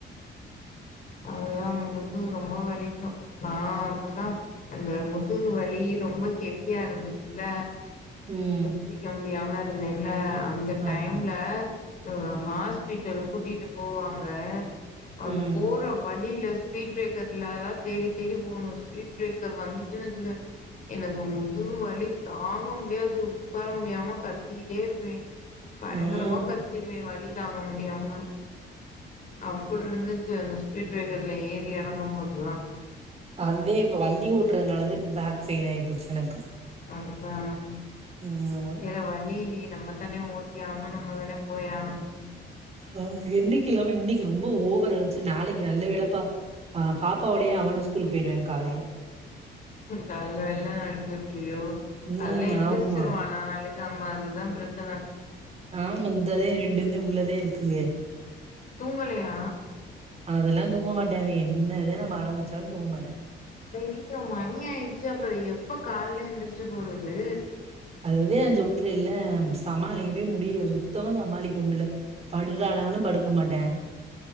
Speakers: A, on the left; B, on the right.
A: அவ்ளோதா முதுகு ரொம்ப வலிக்கு நா அப்படிதான் அந்த முதுகு வலி ரொம்ப ஹெவிய்யா இருந்துச்சுல
B: ம்
A: ஏத்திரிக்க முடியாம இருந்தேன்ல அந்த
B: ஆமாங்க
A: டைம்ல இவக ஹாஸ்பிட்டல் கூட்டிட்டு போவாங்க அவ
B: ம்
A: போற வழில ஸ்பீட் பிரேக்கர்ல இல்லா தேடி தேடி போனு ஸ்பீட் பிரேக்கர் வந்துச்சுனு வெச் எனக்கு முதுவு வலி தாங்க முடியாது உக்கார முடியாம கத்திக்கிட்டே இருப்பே பயங்கரமா
B: ம்
A: கத் திருவே வலி தாங்க முடியாம அப்டிருந்துச்சு அந்த ஸ்பீட் பிரேக்கர்ல ஏறி ஏறங்கும் போதுல்லா
B: அதே இப்ப வண்டி ஓட்றதுனாலதா இப்ப பேக் பெயின் ஆயி போச்சு எனக்கு
A: அதா
B: ம் ஆமா
A: வேற வழி இல்லயே நம்ம நம்ம தான ஓட்டிஆகணு நம்ம தான போய் ஆகணு
B: ஆஹ் என்னைக்கு இல்லாம இன்னிக்கி ரொம்ப ஓவர் அலச்சல் நாளைக்கு நல்ல வேலப்பா பாப்பாவோடயு அவனு ஸ்கூலுக்கு போய்டுவ காலைல
A: கால்ல வெள்ளன அனுப்பி உட்ருவியோ கால்ல
B: ம்
A: எந்திரிச்சிருவா
B: ஆமா
A: நாலு நம்மா அதுதா பிரச்சன
B: ஆஹ் வந்ததே ரெண்டுந்தே உள்ளதே இருக்குக
A: தூங்கலையா
B: அதெல்லா தூங்க மாட்டே அவ என்னத நம்ம அடம்பிடிச்சாலு தூங்க மாட்டே
A: ஏங்க மணி ஆயிடுச்சு அப்ற எப்ப கால்ல எந்திரிச்சு போறது
B: அதுதா நா சொல்றல்ல சமாளிக்கவே முடிய சுத்தமா சமாளிக்க முல்ல பட்றானாலு படுக்க மாட்டே